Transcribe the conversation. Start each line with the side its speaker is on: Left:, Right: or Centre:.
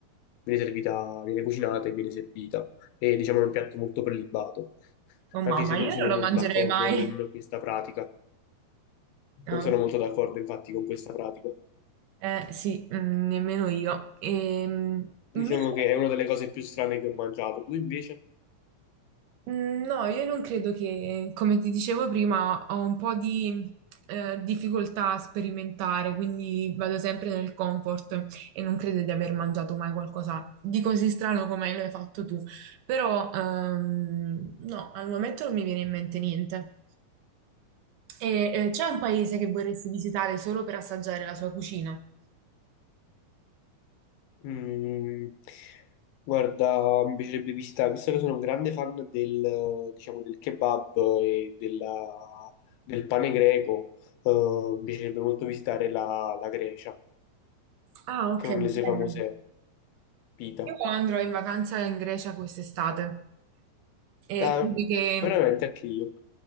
Left: viene servita, viene cucinata e viene servita. E diciamo è un piatto molto prelibato,
Right: Oh mamma,
Left: anche se non
Right: io
Left: sono
Right: non lo
Left: molto
Right: mangerei
Left: d'accordo
Right: mai.
Left: con questa pratica.
Right: No.
Left: Non sono molto d'accordo infatti con questa pratica.
Right: Eh sì, mm, nemmeno io. Ehm, invece,
Left: Diciamo che è una delle cose più strane che ho mangiato. Tu invece?
Right: mm, no, io non credo che, come ti dicevo prima, ho un po' di eh, difficoltà a sperimentare, quindi vado sempre nel comfort e non credo di aver mangiato mai qualcosa di così strano come l'hai fatto tu. Però, ehm, no, al momento non mi viene in mente niente. E, eh, c'è un paese che vorresti visitare solo per assaggiare la sua cucina?
Left: Mm, guarda, mi piacerebbe visitare, visto che sono un grande fan del, diciamo, del kebab e della- del pane greco, eh, mi piacerebbe molto visitare la, la Grecia
Right: Ah, ok,
Left: con le sue
Right: bello.
Left: famose pita.
Right: Io andrò in vacanza in Grecia quest'estate. E
Left: Ah,
Right: quindi che...
Left: veramente anche io.